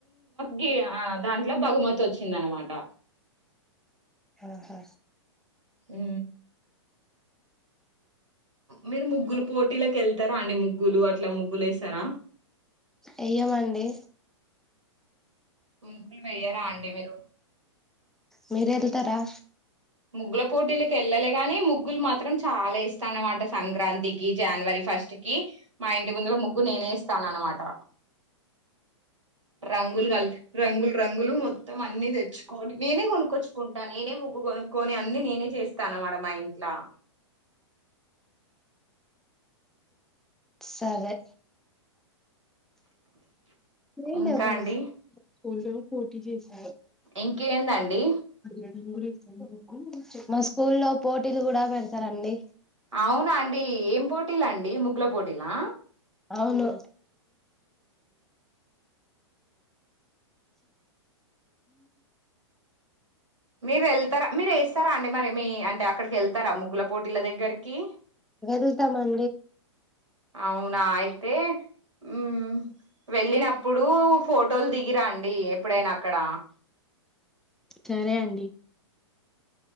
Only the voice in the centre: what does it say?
ఆా
అయ్యమండి
మీర వెళ్తారా
సరే ఏం
దేబ్బలు
ఊల్లో పోటీ చేసి
రండి కూడా చె మా స్కూల్లో పోటీలు కూడా పెడతారండి
అవును
వెళ్తామండి
చరే అండి